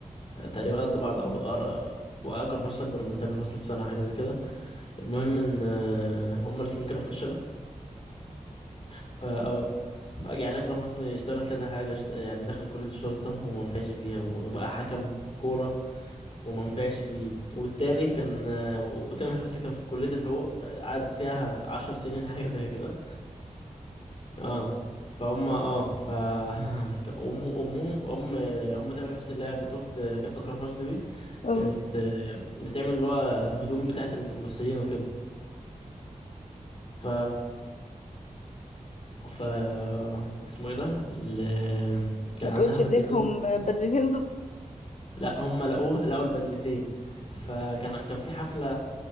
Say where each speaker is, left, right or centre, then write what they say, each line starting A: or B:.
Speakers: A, on the left; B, on the left.
A: آه، تقريبا قد بعض او أقر- واكرم حسني اكبر من تامر حسني بسنه حاجه زي كده المهم ان آه، هما الاتنين كانوا فشله ف اه ف- يعني اكرم حسني اشتغل كذا حاجه اشت- يعني دخل كليه الشرطه وما نفعش فيها وبقى حكم كوره وما نفعش فيه والتاني كان آه، وتامر حسني كان في كليه الحقوق آه، قعد فيها عشر سنين حاجه زي كده اه فهم اه ف <laughs> ام امهم ام ام تامر حسني اللي هي كانت اخت اكرم حسني دي
B: اوكي
A: كانت آه، بتعمل اللي هو هدوم بتاعه الممثلين وكده ف ف اسمه ايه ده اللي <laughs> كان
B: ما تقولش
A: عندها بدلتين
B: اديتهم بدلتين
A: لا هم لقوها لقوا البدلتين فكان كان في حفله